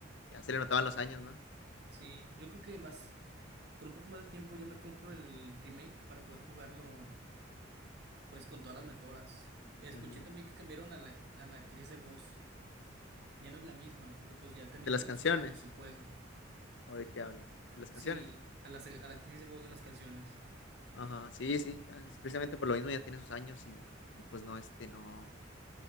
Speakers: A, on the left; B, on the right.
A: ya se le notaban los años, ¿no?
B: sí, yo creo que más, con un poco más de tiempo yo me compro el remake para poder jugarlo pues con todas las mejoras. Escuché
A: Ujú.
B: también que cambiaron a la, a la actriz de voz, ya no es la misma, porque pues ya también
A: De las
B: tiene
A: canciones,
B: sus años el juego.
A: ¿o de qué hablas? De las
B: Sí,
A: canciones.
B: a la, a la actriz de voz de las canciones.
A: Ajá, sí, sí, ya, es precisamente por lo mismo ya tiene sus años y, y pues no, este, no.